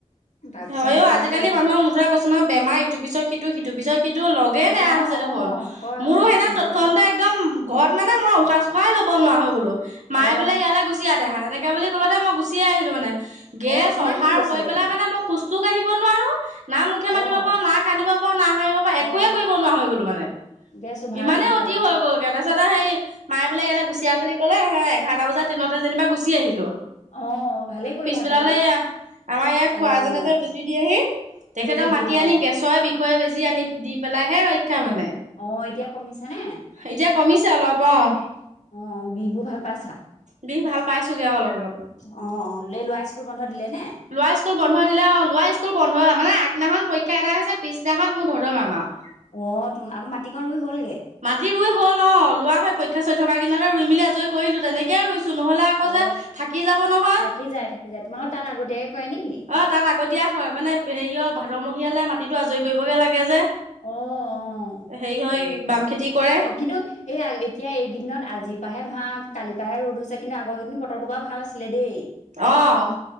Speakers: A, on the left; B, on the right.
A: তাৰপিছত
B: হয় অ
A: এতিয়া
B: আজিকালি
A: সেই
B: মানুহৰ মুঠতে কৈছো নহয়, বেমাৰ ইটো পিছৰ সিটো সিটো পিছৰ সিটো টো লগে নেৰা
A: অ
B: হৈছে
A: অ
B: দেখোন৷মোৰো
A: হয় হয়
B: সেইদিনাখন
A: পাই ইমান
B: তৎক্ষণাতে একদম ঘৰত মানে মই উশাহ চুশাহে ল'ব নোৱাৰা হৈ গলো৷ মায়
A: অ
B: বোলে ইয়ালে গুচি আহ দেহা এনেকে বুলি স্কুলতে মই গুচিয়ে আহিলো মানে৷গেছ
A: অ তোমাৰ
B: অভাৰ
A: কি হৈছিলেনো
B: হৈ পেলাই মানে মই খোজটো কাঢ়িব নোৱাৰো হলো না মুখে মাতিব
A: অ
B: পাৰো, না কান্দিব পাৰো, না হাহিঁব পাৰো
A: অ
B: একোৱে কৰিব নোৱাৰা হৈ গলোঁ মানে৷
A: গেছ অভাৰ
B: ইমানে
A: গ'ল
B: অতি
A: আকৌ
B: হৈ গ'লগৈ৷তাৰপিছতে সেই মায়ে বোলে ইয়াৰে গুচি আহ বুলি ক'লে হেয় এঘাৰটা বজাত ট্ৰেইনতে যেনিবা গুচি আহিলো৷
A: অ' ভালে কৰিলা৷
B: পলালে
A: তোন
B: আহ৷আমাৰ ইয়াৰ খুৱা
A: অ
B: জনে যে বেজী দিয়ে হি৷ তেখেতক
A: বেজি দিয়ে
B: মাতি আনি
A: অ
B: গেছৰ বিষ খুৱাই বেজি আনি দি পেলাই হে ৰ- ক্ষা মানে,
A: অ এতিয়া কমিছে নে
B: এতিয়া কমিছে অলপ অ'।
A: অ', বিষ বুৰ ভাল পাইছা,
B: বিষ ভাল
A: অ',
B: পাইছোগে আৰু অলপ অলপ
A: অ', লে ল'ৰাৰ স্কুল বন্ধ দিলে? নে
B: ল'ৰা স্কুল বন্ধ। দিলে অ ল'ৰা স্কুল বন্ধ মানে আগদিনাখন পৰীক্ষা এটা হৈছে পিছদিনাখন মোৰ ধৰ ধৰ মাৰ মাৰ।
A: অ' তুন আকৌ মাটিকন ৰুই হলগে?
B: মাটি ৰুই হ'ল অ লোৱা হয় পৰীক্ষা চলি থকা কেইদিনতেই ৰুই মেলি আজৰি কৰিলো যেনেকে ৰুইছো। নহ'লে আকৌ
A: অ
B: যে থাকি যাব নহয়।
A: থাকি যায় থাকি যায় তোমালোকৰ তাত আগতীয়াকে কৰে নেকি
B: অ', তাত আগতীয়া হয় মানে হেৰিয়। ভাদৰমহীয়ালৈ মাটিটো আজৰি কৰিবগে লাগে যে।
A: অ'-অ',
B: হেৰি হয়
A: উম।
B: বাম খেতি কৰে
A: অ', কিন্তু এই এতিয়া এইকেইদিনত আজিৰ পৰাহে ধৰা। কালিৰ পৰাহে ৰ'দ হৈছে কিন্তু আগৰকেইদিন বতৰটো বৰ ভাল আছিলে দেই,
B: অ